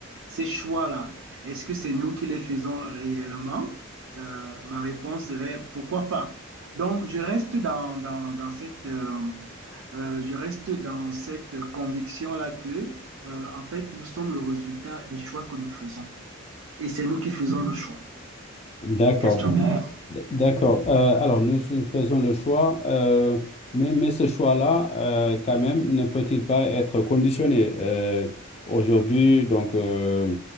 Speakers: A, on the right; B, on the left.
A: ces choix-là, est-ce que c'est nous qui les faisons réellement? Euh, ma réponse serait pourquoi pas. Donc, je reste dans, dans, dans cette, euh, euh, je reste dans cette conviction-là que euh, en fait, nous sommes le résultat des choix que nous faisons. Et c'est nous qui faisons le choix.
B: D'accord,
A: Qu'est-ce que
B: donc,
A: tu en penses?
B: d- d'accord. Euh, alors, nous nous faisons le choix, euh, mais, mais ce choix-là, euh, quand même, ne peut-il pas être conditionné? Euh, aujourd'hui, donc, euh,